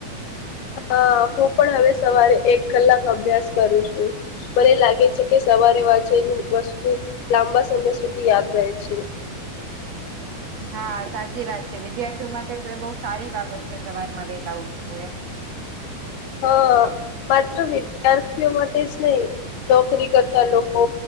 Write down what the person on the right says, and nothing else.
હા સાચી વાત છે વિદ્યાર્થીઓ માટે તો એ બહ સારી બાબત છે સવાર માં વેગા ઉઠવું એ.